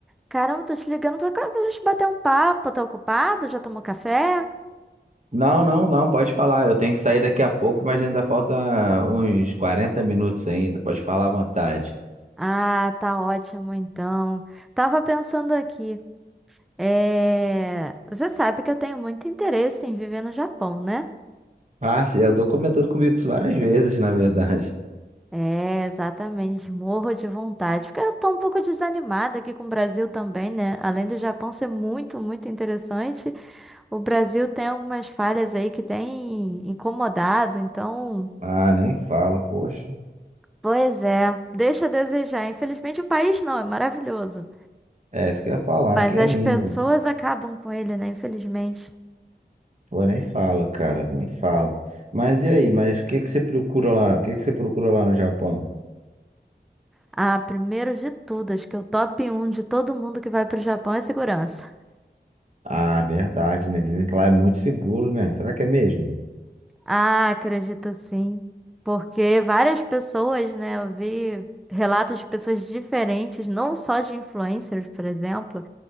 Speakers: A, in the centre; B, on the right.
A: Caramba, tô te ligando pra cá pra gente bater um papo. Tá ocupado? Já tomou café?
B: Não, não, não, pode falar. Eu tenho que sair daqui a pouco, mas ainda falta uns 40 minutos ainda. Pode falar à vontade.
A: Ah, tá ótimo então. Tava pensando aqui. é, Você sabe que eu tenho muito interesse em viver no Japão, né?
B: Ah, sim, eu tô comentando comigo isso várias vezes, na verdade. <laughs>
A: É, exatamente. Morro de vontade. Porque eu tô um pouco desanimada aqui com o Brasil também, né? Além do Japão ser muito, muito interessante. O Brasil tem algumas falhas aí que tem incomodado, então,
B: Ah, nem fala, poxa.
A: pois é, deixa a desejar. Infelizmente, o país não, é maravilhoso.
B: É, isso que eu ia falar,
A: Mas
B: que
A: as
B: é lindo.
A: pessoas acabam com ele, né? Infelizmente.
B: Pô, nem fala, cara, nem fala. Mas e aí, mas o que que você procura lá? O que que você procura lá no Japão?
A: Ah, primeiro de tudo, acho que o top um de todo mundo que vai para o Japão é segurança.
B: Ah, verdade, né? Dizem que lá é muito seguro, né? Será que é mesmo?
A: Ah, acredito sim. Porque várias pessoas, né? Eu vi relatos de pessoas diferentes, não só de influencers, por exemplo,